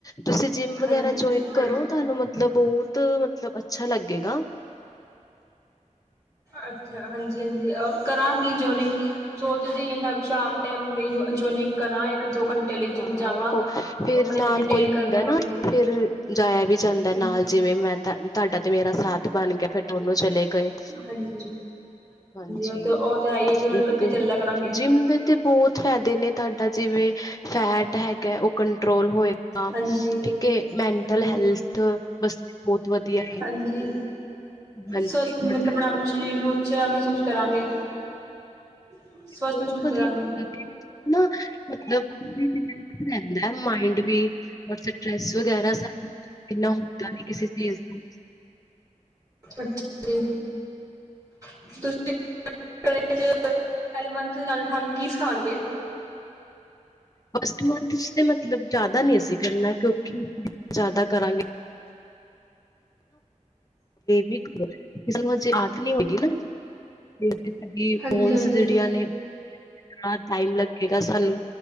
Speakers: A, on the left; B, on the right.
A: ਤੁਸੀਂ ਜਿੰਮ ਵਗੈਰਾ
B: ਹਾਂਜੀ
A: ਜੋਈਨ ਕਰੋ।
B: ਹਾਂਜੀ
A: ਤੁਹਾਨੂੰ ਮਤਲਬ ਬਹੁਤ ਮਤਲਬ ਅੱਛਾ ਲੱਗੇਗਾ।
B: ਅੱਛਾ, ਹਾਂਜੀ-ਹਾਂਜੀ ਕਰਾਂਗੇ ਜੋਇਨਿੰਗ। ਸੋਚਦੀ ਆਂ ਸ਼ਾਮ ਟਾਈਮ ਲਈ ਜੋਈਨਿੰਗ ਕਰਾਂ। ਇੱਕ-ਦੋ ਘੰਟੇ ਲਈ
A: ਹਾਂ
B: ਜਿੰਮ ਜਾਵਾਂ,
A: ਕੋ ਫਿਰ
B: ਆਪਣੇ
A: ਨਾਲ
B: ਲਈ ਮੇਨਟੇਨ
A: ਕੋਈ ਹੁੰਦਾ
B: ਕਰਨ ਬੋਡੀ
A: ਨਾ
B: ਨੂੰ।
A: ਫਿਰ ਜਾਇਆ ਵੀ ਜਾਂਦਾ
B: ਹਾਂਜੀ
A: ਨਾਲ ਜਿਵੇਂ, ਮੈਂ ਤਾਂ ਤੁਹਾਡਾ ਤੇ ਮੇਰਾ ਸਾਥ ਬਣ ਗਿਆ ਫੇਰ ਦੋਨੋ ਚਲੇ ਗਏ।
B: ਹਾਂਜੀ
A: ਹਾਂਜੀ,
B: ਉਹ ਤੇ ਉਹ ਤੇ ਹੈ ਹੀ ਦੋਨੋ
A: ਇੱਕ
B: ਇਕੱਠੇ ਚੱਲਿਆ ਕਰਾਂਗੇ
A: ਜਿੰਮ ਦੇ- ਦੇ ਬਹੁਤ ਫਾਇਦੇ ਨੇ ਤੁਹਾਡਾ ਜਿਵੇਂ ਫੈਟ ਹੈਗਾ ਉਹ ਕੰਟਰੋਲ ਹੋਏ। ਹਾਂ,
B: ਹਾਂਜੀ
A: ਠੀਕ ਏ ਮੈਂਟਲ
B: ਹਾਂਜੀ
A: ਹੈਲਥ ਵਾਸਤੇ ਬਹੁਤ ਵਧੀਆ ਏ।
B: ਹਾਂਜੀ
A: <unintelligible>
B: ਸਵਸਥ ਮਤਲਬ ਆਪਣਾ ਆਪਣੇ ਸਰੀਰ ਨੂੰ ਅੱਛਾ ਮਹਿਸੂਸ ਕਰਾਂਗੇ। ਸਵਸਥ
A: ਬਹੁਤ
B: ਮਹਿਸੂਸ
A: ਵਧੀਆ।
B: ਕਰਾਂਗੇ
A: ਹੈਨਾ ਮਤਲਬ <unintelligible> ਰਹਿੰਦਾ ਮਾਇੰਡ ਵੀ। ਸਟਰੈਸ ਵਗੈਰਾ ਇਨਾ ਹੁੰਦਾ ਨ ਕਿਸੇ ਚੀਜ਼ ਦਾ।
B: ਅੱਛ ਜੀ, ਤੁਸੀਂ <unintelligible> <unintelligible> ਪਹਿਲੇ ਮੰਥ'ਚ ਸਾਨੂੰ ਕੀ ਸਿਖਾਉਣਗੇ?
A: ਫਸ਼ਟ ਮੰਥ'ਚ ਤੇ ਮਤਲਬ ਜ਼ਿਆਦਾ ਨੀ ਅਸੀਂ ਕਰਨਾ ਕਿਉਂਕਿ ਜ਼ਿਆਦਾ ਕਰਾਂਗੇ ਵਿਕ ਕਿਸੇ ਨੂੰ ਹਜੇ ਆਦਤ ਨੀ ਹੋਗੀ ਨਾ। ਵੀਕ ਸਾਡੀ
B: ਹਾਂਜੀ
A: ਬੋੰਸ
B: ਹਾਂਜੀ
A: ਜਿਹੜੀਆਂ ਨੇ ਹਾਂ ਟਾਈਮ ਲੱਗੇਗਾ ਸਾਨੂੰ,